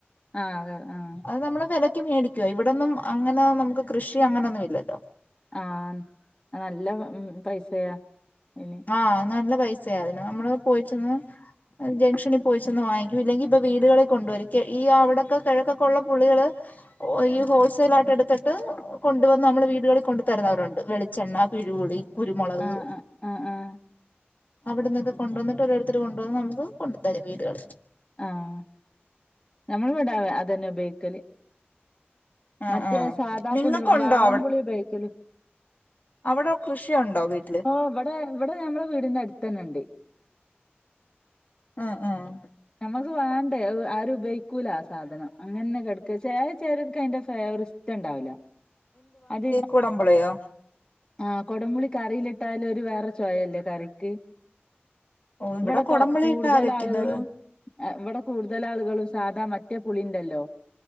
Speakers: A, on the left; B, on the left.
A: ആഹ് അതെ ആഹ്
B: അത് നമ്മള് വെല മേടിക്കുവാ ഇവിടൊന്നും അങ്ങനെ നമക്ക് കൃഷി അങ്ങനൊന്നും ഇല്ലല്ലോ.
A: ആഹ് നല്ല പൈസയാ അഇന്.
B: ആഹ് നല്ല പൈസയാതിന്, നമ്മള് പോയിട്ടന്ന്. ജംഗ്ഷനിൽ പോയിച്ചൊന്ന് വാങ്ങിക്കും ഇല്ലെങ്കി ഇപ്പൊ വീടുകളിൽ കൊണ്ടുവരും ഈ അവിടൊക്കെ കിഴക്കൊക്കുള്ള പുളികള്. ഓ ഈ ഹോൾസെയിലായിട്ട് എടുത്തിട്ട് കൊണ്ട് വന്ന് നമ്മളെ വീടുകളിൽ കൊണ്ടു തരുന്നവരുണ്ട്, വെളിച്ചെണ്ണ, പിഴപുളി. കുരുമുളക്.
A: ആഹ് ആഹ് ആഹ് ആഹ്
B: അവിടെന്നൊക്കെ കൊണ്ടുവന്നിട്ട് ഓരോരുത്തർ കൊണ്ടുവന്ന് നമുക്ക് കൊണ്ട് തരും വീടുകളിൽ.
A: ആഹ് നമ്മള് വടെ അതന്നെ ഉപയോഗിക്കല്.
B: ആഹ്
A: മറ്റേ
B: ആഹ്
A: സാദാ
B: നിങ്ങക്കുണ്ടോ
A: പുളി വാളം പുളി ഉപയോഗിക്കല്
B: അവിടം കൃഷിയുണ്ടോ വീട്ട്
A: ഓ ഇവിടെ ഇവിടെ ഞമ്മളെ വീടിന്റെ അടുത്തന്നെണ്ട്.
B: ആഹ് ആഹ്
A: ഞമ്മക്ക് വേണ്ടേ അത് ആരും ഉപയോഗിക്കൂല ആ സാധനം അങ്ങനന്നെ കെടക്കാ ചെലേ ചെലോര്ക്ക് അതിൻ്റെ ഫ്ലേവർ ഇഷ്ടണ്ടാവുല അത്
B: കുടം പുളിയോ
A: ആഹ് കൊടംമ്പുളി കറിയിലിട്ടാലും ഒരു വേറെ ചൊയല്ലേ കറിക്ക്
B: ഓ ഇവിടെ
A: ഇവടെ
B: കൊടംപുളിയിട്ടാ
A: തൊ കൂടുതൽ
B: വെക്കുന്നത്
A: ആളുകളും ഇവിടെ കൂടുതൽ ആളുകളും സാധാ മറ്റേ പുളിയുണ്ടല്ലോ